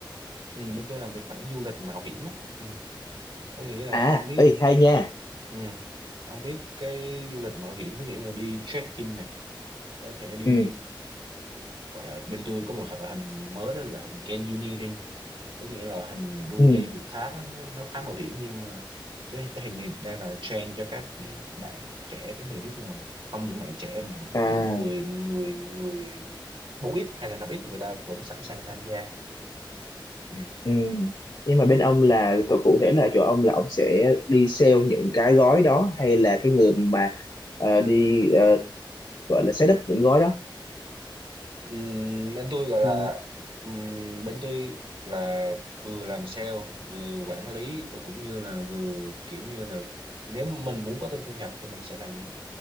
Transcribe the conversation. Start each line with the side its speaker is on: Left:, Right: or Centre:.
Right: ừ, bên tôi làm về khoảng du lịch mạo hiểm á ừ. có nghĩa là
Left: à
Right: ông biết
Left: ấy hay nha
Right: ừ. ông biết cái du lịch mạo hiểm có nghĩa là đi trekking nè có thể đi
Left: ừ.
Right: gọi là bên tôi có một loại hình mới đó là hình canyoneering có nghĩa là hình đu
Left: Ừ.
Right: dây vượt tháp á nó nó khá mạo hiểm nhưng mà tôi thấy cái hình này đang là trend cho các bạn trẻ đến từ nước ngoài không những bạn trẻ mà
Left: À,
Right: kiểu người người người bốn x hay là năm x người ta vẫn sẵn sàng tham gia Ừ.
Left: ừ. Nhưng mà bên ông là cụ cụ thể là chỗ ông là ông sẽ đi sale những cái gói đó hay là cái người mà ờ, đi ờ, gọi là set up những gói đó?
Right: Ừm, bên tôi gọi là
Left: Ừ.
Right: ừm, bên tôi là vừa làm sale vừa quản lý và cũng như là vừa kiểu như là nếu mình muốn có thêm thu nhập thì mình sẽ làm